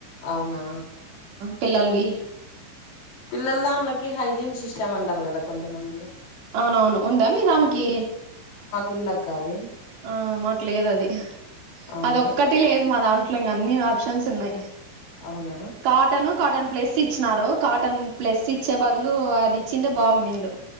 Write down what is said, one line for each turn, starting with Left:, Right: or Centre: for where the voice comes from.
Left: అవునా
Right: పిల్లలవి
Left: పిల్లల దాళ్ళకి హైజీన్ సిస్టమ్ అంటారు కదా కొంతమంది
Right: అవునవును ఉందా మీ దానికి
Left: ఉందక్క అవి
Right: ఆ మాకు లేదు అది
Left: అవునా
Right: అది ఒక్కటి లేదు మా దాట్ దాంట్లో ఇంకా అన్ని ఆప్షన్స్ ఉన్నాయి
Left: అవునా
Right: కాటన్ కాటన్ ప్లస్ ఇచ్చినారు కాటన్ ప్లస్ ఇచ్చే బదులు అది ఇచ్చింటే బాగునిండు